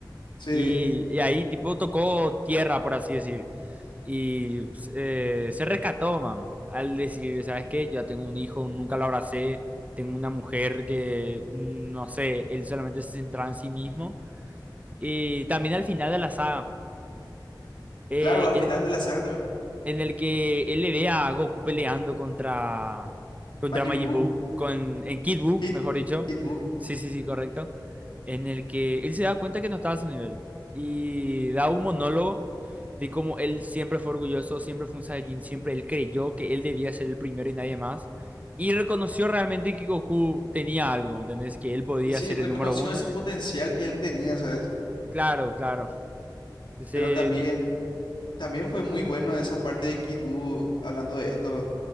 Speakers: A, on the left; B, on the right.
A: Sí,
B: Y, y ahí tipo tocó tierra, por así decir. Y pues, eh, se rescató, man, al decir, ¿sabes qué? Yo ya tengo un hijo, nunca lo abracé, tengo una mujer que, no sé, él solamente se centraba en sí mismo. Y también al final de la saga, eh,
A: claro, al
B: en,
A: final de la saga también.
B: en el que él le ve a Goku peleando contra, contra
A: Majin
B: Majin
A: Buu,
B: Buu, con, en Kid Buu,
A: Kid,
B: mejor dicho.
A: Kid Buu.
B: Sí, sí, sí, correcto. En el que él se da cuenta que no estaba a su nivel y da un monólogo de cómo él siempre fue orgulloso, siempre fue un Saiyajin, siempre él creyó que él debía ser el primero y nadie más. Y reconoció realmente que Goku tenía algo, ¿me ¿entendés? Que él podía
A: y Sí,
B: ser
A: reconoció
B: el número uno.
A: ese potencial que él tenía, ¿sabes?
B: Claro, claro. Ese
A: Pero también,
B: di-
A: también fue muy bueno esa parte de Kid Buu hablando de esto